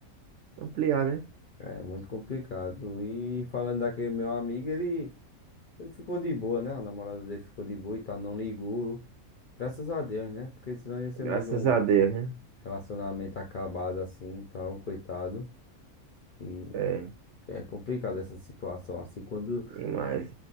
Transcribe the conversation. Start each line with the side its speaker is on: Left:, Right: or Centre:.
Right: ampliar, né?
Left: é muito complicado. E falando daquele meu amigo, ele, ele ficou de boa, né? A namorada dele ficou de boa e tal, não ligou. Graças a Deus, né? Porque senão ia ser
Right: Graças
Left: mais um
Right: a Deus, né?
Left: relacionamento acabado assim e tal, coitado. E
Right: É,
Left: é complicado essa situação, assim, quando,
Right: e mais.